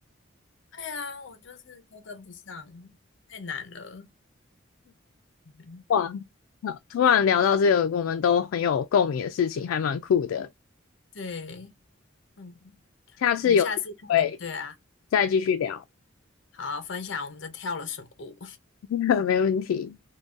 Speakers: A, on the left (about 65°); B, on the left (about 80°).
A: 对啊，我就是都跟不上，太难了。嗯
B: 哇，好突然聊到这个我们都很有共鸣的事情，还蛮酷的。
A: 对，嗯，
B: 下次有机会
A: 我们下次可以，对啊，
B: 再继续聊，
A: 好，分享我们这跳了什么舞。
B: <laughs> 没问题。